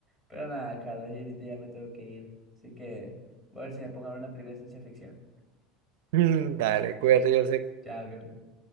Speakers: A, in the centre; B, on the right (about 70°).
A: Pero nada, Carlos, yo ahorita ya me tengo que ir. Así que voy a ver si me pongo a ver una película de ciencia ficción.
B: Mm, Dale, cuídate, yo sé
A: <laughs> Chao, Carlos.